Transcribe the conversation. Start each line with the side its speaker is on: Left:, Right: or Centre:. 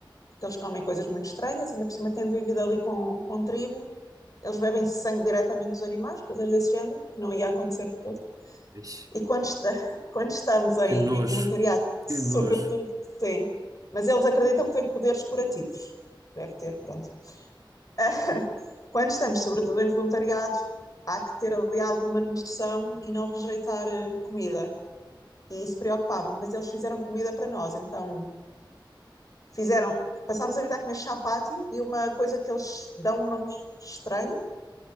Left: porque eles comem coisas muito estranhas, ainda por cima tendo vivido ali com, com tribo, eles bebem sangue diretamente dos animais, coisas desse género, que não ia acontecer de todo.
Right: Ixi,
Left: E quando, esta- <laughs> quando estamos em,
Right: que nojo,
Left: em voluntariado, sobretudo,
Right: que nojo.
Left: sim. Mas eles acreditam que têm poderes curativos. Deve ter, pronto. Ah, quando estamos, sobretudo, em voluntariado, há que ter ali alguma noção e não rejeitar eh, comida e se preocupava, mas eles fizeram comida para nós, então fizeram. Passámos a vida a comer chapati e uma coisa que eles dão um nome estranho.